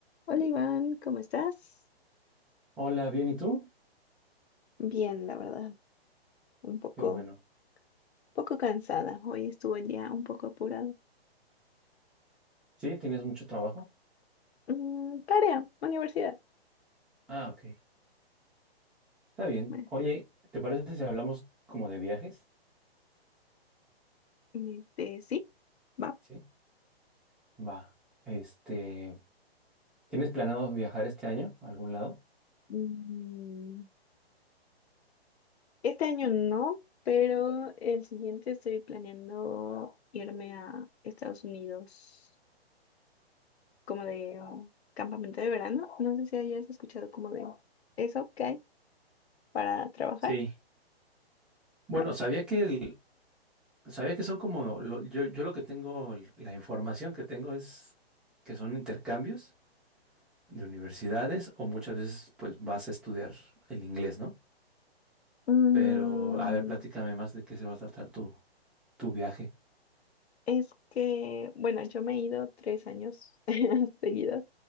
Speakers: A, on the left; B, in the centre.
A: Hola Iván, ¿cómo estás?
B: Hola, bien, ¿y tú?
A: Bien, la verdad, un poco,
B: Qué bueno.
A: poco cansada. Hoy estuvo el día un poco apurado.
B: ¿Sí? ¿Tienes mucho trabajo?
A: Mm, tarea, universidad.
B: Ah, ok. Está bien.
A: Me-
B: Oye, ¿te parece si hablamos como de viajes?
A: me- este, sí, va.
B: Sí. Va. Este, ¿tienes planeado viajar este año a algún lado?
A: Mm, este año no, pero el siguiente estoy planeando irme a Estados Unidos como de oh, campamento de verano. No sé si hayas escuchado como de eso que hay para trabajar.
B: Sí, bueno,
A: Bueno.
B: sabía que el- sabía que son como lo- yo, yo lo que tengo, la información que tengo es que son intercambios de universidades o muchas veces pues vas a estudiar el inglés, ¿no?
A: Mm,
B: Pero a ver, platícame más de qué se va a tratar tu, tu viaje.
A: Es que, bueno, yo me he ido tres años <laughs> seguidos,